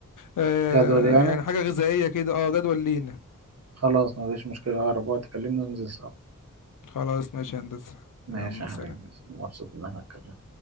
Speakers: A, on the left (about 75°); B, on the right (about 50°).
A: آه
B: جدول يعني
A: يعني حاجة غذائية كده اه جدول لينا
B: خلاص مفيش مشكلة أقرب وقت كلمني وننزل سوا
A: خلاص ماشي يا هندسة
B: ماشي
A: يلا
B: يا حبيبي
A: سلام
B: مبسوط إن احنا اتكلمنا